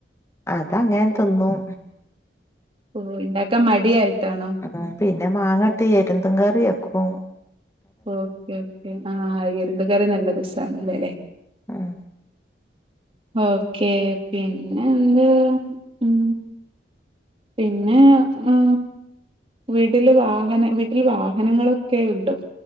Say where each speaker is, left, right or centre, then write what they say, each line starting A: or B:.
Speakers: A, on the left; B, on the right.
A: അതങ്ങനെ
B: ഓ
A: തിന്നും
B: ഓ ഇണ്ടാക്കാൻ മടി ആയി ട്ടാണോ
A: ഉം പിന്നെ മാങ്ങട്ട് എരുന്തും കറി വക്കും
B: ഓക്കെ ഓക്കെ ആ എരുന്ത് കറി നല്ല രസാണല്ലോല്ലേ
A: ഉം
B: ഓക്കെ പിന്നെ എന്ത് ഉം പിന്നെ ആ വീട്ടില് വാഹന വീട്ടിൽ വാഹനങ്ങളൊക്കെ ഉണ്ടോ